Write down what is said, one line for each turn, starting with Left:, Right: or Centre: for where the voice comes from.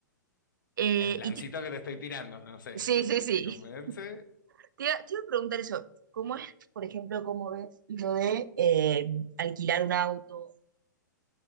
Right: Eh,
Left: El plancito
Right: y ti-
Left: que te estoy tirando, no sé.
Right: sí, sí,
Left: Si
Right: sí.
Left: te convence,
Right: <laughs> Te, iba te iba a preguntar eso. ¿Cómo es, por ejemplo, cómo ves lo de eh, alquilar un auto?